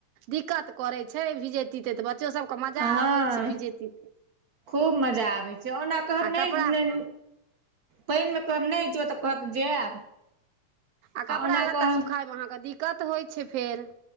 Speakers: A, on the right (about 70°); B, on the right (about 85°).
A: दिक्कत करै छै, भीजै। पते तऽ बच्चो सभके मजा
B: हँ
A: अबै छै भीजे पते
B: खूब मजा आबैत छै। ओना कहब
A: आ
B: नहि
A: कपड़ा
B: पाइनमे कम नहि छै। तऽ कहत जायब।
A: आ कपड़ा
B: ओना
A: लत्ता
B: कहब
A: सुखाबैमे अहाँके दिक्कत होइत छै फेर।